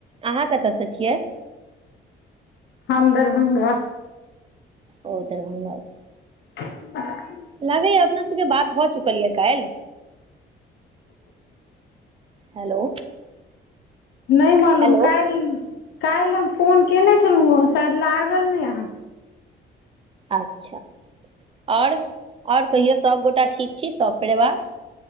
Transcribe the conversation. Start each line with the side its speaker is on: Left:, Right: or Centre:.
Right: अहाँ कतऽ स छियै?
Left: हम दरभंगा।
Right: ओ दरभंगा से
Left: <inaudible>
Right: लागैया अपना सबके बात भऽ चुकल यऽ काल्हि। हेलो
Left: नहि मालूम,
Right: हेलो
Left: काल्हि-काल्हि हम फोन केने छलौं हँ, शायद लागल नहि अहाँ
Right: अच्छा और-और कहियौ सबगोटा ठीक छी सब परिवार।